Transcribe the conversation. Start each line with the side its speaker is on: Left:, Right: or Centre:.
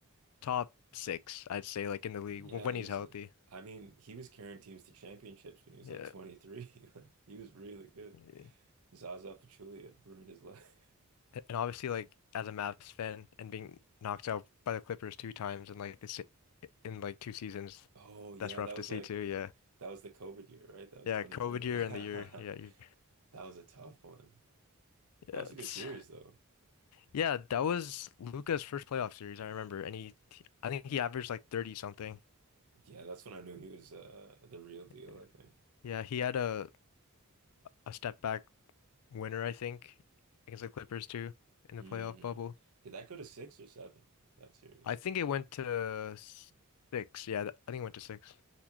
Left: top six, I'd say, like in the league
Right: Yeah,
Left: when
Right: easily.
Left: he's healthy.
Right: I mean, he was carrying teams to championships when he was
Left: Yeah.
Right: like 23. <laughs> Like he was really good.
Left: Yeah.
Right: Zaza Pachulia ruined his life. <laughs>
Left: And obviously, like as a Mavs fan and being knocked out by the Clippers two times in like this in like two seasons,
Right: Oh yeah,
Left: that's rough
Right: that was
Left: to see
Right: like
Left: too. Yeah.
Right: that was the COVID year, right? That was
Left: Yeah,
Right: 2020.
Left: COVID year
Right: <laughs>
Left: and the year. Yeah, you,
Right: That was a tough one. That
Left: yeah,
Right: was
Left: it's
Right: a good series though.
Left: yeah. That was Luca's first playoff series. I remember, and he, I think he averaged like thirty something.
Right: Yeah, that's when I knew he was uh the real deal,
Left: Yeah,
Right: I think.
Left: Yeah, he had a a step back winner, I think, against the Clippers too in the
Right: Mm.
Left: playoff bubble.
Right: Did that go to six or seven, that series?
Left: I think it went to six. Yeah, th- I think it went to six.